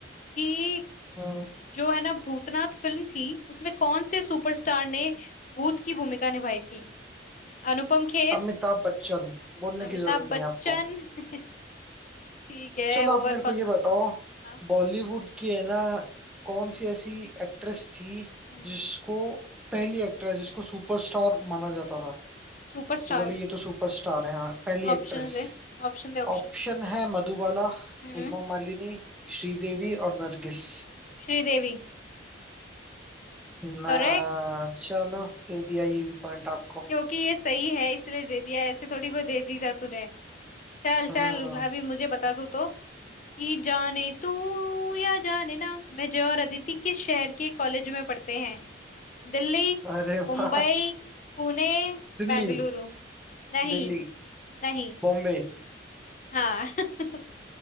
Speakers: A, on the left; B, in the centre.
A: कि
B: हम्म,
A: जो है ना भूतनाथ फिल्म थी उसमें कौन से सुपरस्टार ने भूत की भूमिका निभाई थी अनुपम खेर
B: अमिताभ बच्चन बोलने
A: अमिताभ
B: की जरूरत
A: बच्चन
B: नहीं है आपको
A: <laughs> ठीक है
B: चलो
A: ओवर
B: आप मेरे
A: कॉन्फिडेंस
B: को ये बताओ
A: हाँ
B: बॉलीवुड की है ना कौन सी ऐसी एक्ट्रेस थी
A: हम्म
B: जिसको पहली एक्ट्रेस जिसको सुपरस्टार माना जाता था
A: सुपरस्टार
B: कि बोले ये तो सुपरस्टार है हाँ पहली एक्ट्रेस
A: ऑप्शन दे ऑप्शन दे ऑप्शन
B: ऑप्शन है मधुबाला
A: हम्म
B: हेमा मालिनी श्रीदेवी और नरगिस
A: श्रीदेवी
B: ना
A: करेक्ट
B: चलो दे दिया ये भी पॉइंट आपको
A: क्योंकि ये सही है इसलिए दे दिया ऐसे थोड़ी को दे दी था तूने चल
B: हम्म
A: चल अभी मुझे बता तू तो कि जाने तू या जाने ना मैं जय और अदिति किस शहर के कॉलेज में पढ़ते हैं दिल्ली
B: अरे
A: मुंबई
B: वाह
A: पुणे
B: दिल्ली
A: बेंगलुरु नहीं
B: दिल्ली
A: नहीं
B: बॉम्बे
A: हाँ <laughs>